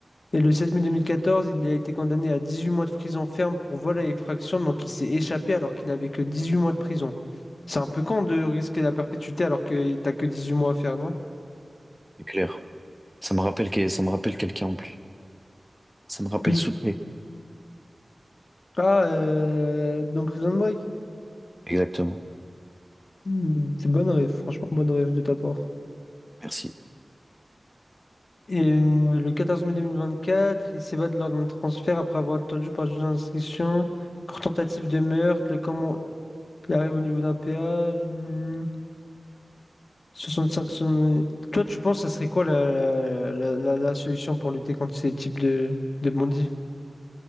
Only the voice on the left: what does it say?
Et le 7 mai 2014, il a été condamné à 18 mois de prison ferme pour vol à effraction, donc il s'est échappé alors qu'il avait que 18 mois de prison. C'est un peu con de risquer la perpétuité alors que t'as que 18 mois à faire, non?
Oui.
Ah, euh, dans Prison Break.
Mm, C'est bonne rêve, franchement, bonne rêve de ta part.
Et euh, le 14 mai 2024, il s'évade lors d'un transfert après avoir attendu par le juge d'instruction pour tentative de meurtre. Le comment il arrive au niveau d'un péage. hmm, cinq son- Toi, tu penses, ça serait quoi la, la, la- la solution pour lutter contre ces types de, de bandits?